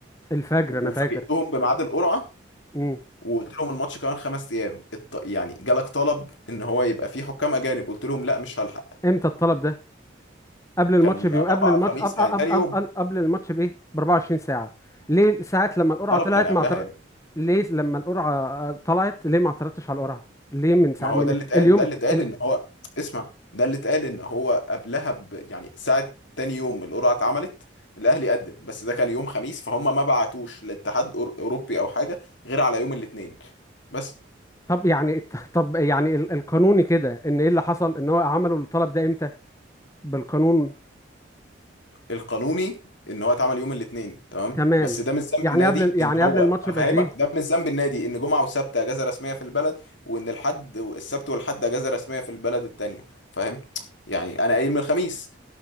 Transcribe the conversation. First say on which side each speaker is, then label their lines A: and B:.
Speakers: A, on the left; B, on the left.
A: الفجر
B: وفاجئتهم
A: انا فاكر
B: بميعاد القرعه
A: امم
B: وقلت لهم الماتش كمان خمس ايام الط... يعني جالك طلب ان هو يبقى فيه حكام اجانب قلت لهم لا مش هلحق
A: امتى الطلب ده قبل الماتش
B: كان
A: بيو
B: اربعة
A: قبل الماتش
B: وخميس
A: قبل
B: يعني
A: قبل
B: تاني
A: قبل,
B: يوم
A: قبل الماتش بايه ب 24 ساعه ليه ساعات لما القرعه
B: الطلب
A: طلعت
B: كان قبلها
A: ما اعترضت ليه لما القرعه آه، طلعت ليه ما اعترضتش على القرعه ليه من ساعه
B: ما هو
A: من
B: ده اللي اتقال
A: اليوم
B: ده اللي اتقال
A: ال...
B: ان هو اسمع ده اللي اتقال ان هو قبلها ب... يعني ساعة تاني يوم القرعة اتعملت الاهلي قدم بس ده كان يوم خميس فهم ما بعتوش لاتحاد أور- اوروبي او حاجة غير على يوم الاثنين بس
A: طب يعني طب يعني ال- القانوني كده ان ايه اللي حصل ان هو عملوا الطلب ده امتى بالقانون
B: القانوني ان هو اتعمل يوم الاثنين تمام
A: تمام
B: بس ده مش ذنب
A: يعني
B: النادي
A: قبل يعني
B: ان هو
A: قبل الماتش
B: هفهمك
A: بقد ايه
B: ده مش ذنب النادي ان جمعة وسبت اجازة رسمية في البلد وان الحد السبت والحد اجازة رسمية في البلد التانية فاهم يعني انا قايل من الخميس